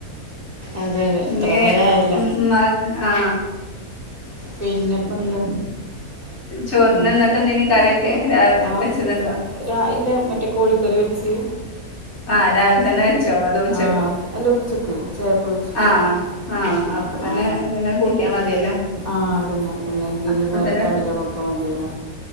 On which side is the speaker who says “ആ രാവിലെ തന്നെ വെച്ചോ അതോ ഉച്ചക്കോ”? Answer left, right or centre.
Left